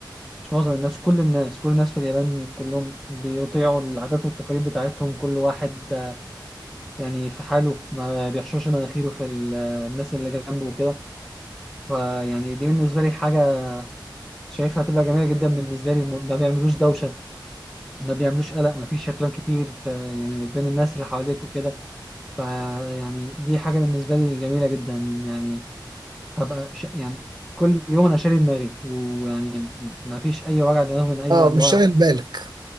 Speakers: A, in the centre; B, on the right (about 60°).
A: مش معظم الناس كل الناس كل الناس في اليابان كلهم بيطيعوا العادات والتقاليد بتاعتهم كل واحد آه، يعني في حاله ما بيحشرش مناخيره في ال- الناس اللي جنبه وكده فيعني دي بالنسبه لي حاجه شايفها هتبقى جميله جدا بالنسبه لي وما- ما بيعملوش دوشه ما بيعملوش قلق ما فيش افلام كتير ف يعني بين الناس اللي حواليك وكده فيعني دي حاجه بالنسبه لي جميله جدا يعني هبقى ش... يعني كل يوم انا شاري دماغي ويعني ما فيش اي وجع دماغ من اي
B: اه
A: الانواع
B: مش شاغل بالك